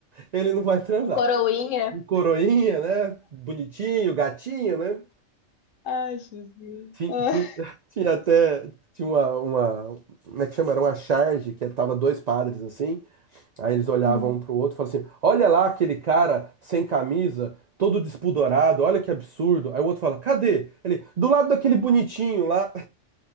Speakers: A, on the right (about 75°); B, on the left (about 80°).
A: Ele não vai transar.
B: um coroinha.
A: Um coroinha, né? Bonitinho, gatinho, né?
B: Ai, Jesus.
A: Ti-
B: Ah,
A: ti- <laughs> Tinha, até tinha uma, uma, como é que chama? Era uma charge que tava dois padres assim. Aí eles olhavam
B: Hum.
A: um pro outro e falavam assim: Olha lá aquele cara sem camisa, todo despudorado, olha que absurdo. Aí o outro fala: Cadê? Ele, do lado daquele bonitinho lá.